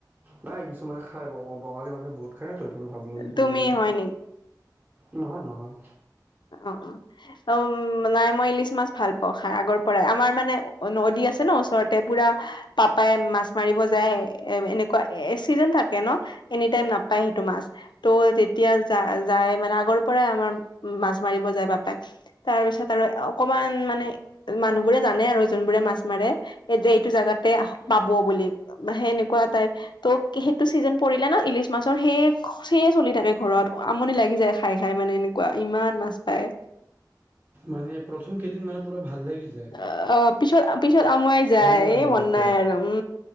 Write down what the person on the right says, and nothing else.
নাই কিছুমানে খাই বঙালী মানুহে বহুত খায় ন, ত। 'এইটো ভাবিলো বঙালী
নেকি।
নহয়, নহয়।
মানে প্ৰথম কেইদিন মানে পুৰা ভাল লাগি যা
ভাল নালাগা
হৈ
গৈছে